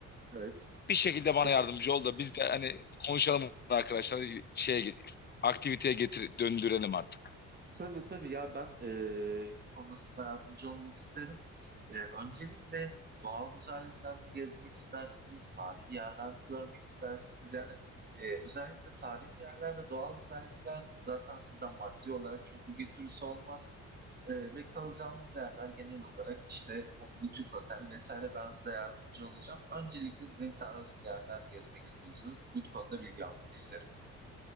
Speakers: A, on the right; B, on the left.
A: Evet.
B: bir şekilde bana
A: Ya,
B: yardımcı ol da biz de hani konuşalım arkadaşlar şeye aktiviteye getir döndürelim artık.
A: Tabii tabii ya ben eee konusunda yardımcı olmak isterim. Eee, öncelikle doğal güzelliklerini gezmek istersiniz, tarihi yerlerini görmek istersiniz? Yani eee, özellikle tarihi yerler ve doğal güzellikler zaten sizden maddi olarak çok bir götürüsü olmaz. Eee, ve kalacağınız yerler genel olarak işte o butik otel vesaire ben size yardımcı olacağım. Öncelikle ne tarz yerler gezmek istiyorsanız bu konuda bilgi almak isterim.